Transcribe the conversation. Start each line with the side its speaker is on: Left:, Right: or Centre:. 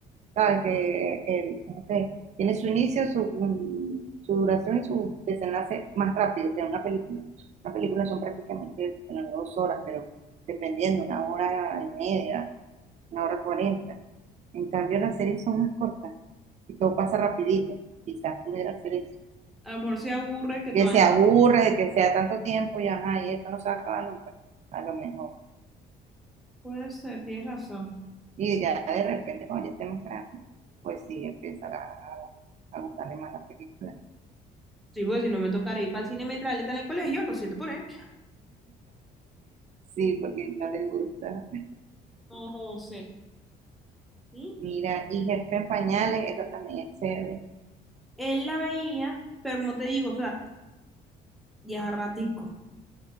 Right: ¿sabes? Que el, como que tiene su inicio, su, um, su duración y su desenlace más rápido que una película. Una película son prácticamente bueno, no dos horas, pero dependiendo, una hora y media, una hora cuarenta. En cambio, las series son más cortas y todo pasa rapidito. Quizás pudiera hacer eso.
Centre: a lo mejor se aburre que
Right: que
Centre: todavía
Right: se aburre
Centre: no
Right: de que sea tanto tiempo y ajá, y esto no se va a acabar nunca, a lo mejor.
Centre: puede ser, tienes razón.
Right: Y ya de repente, cuando ya estemos grandes, pues sí, empezará a, gustarle más la película.
Centre: Sí, pues si no me tocaré ir para el cine mientras él está en el colegio, lo siento por él.
Right: Sí, porque no le gusta.
Centre: No sé. ¿Mm?
Right: Mira, y Jefe en Pañales, esa también es chévere.
Centre: Él la veía, pero como te digo, o sea, ya ratico.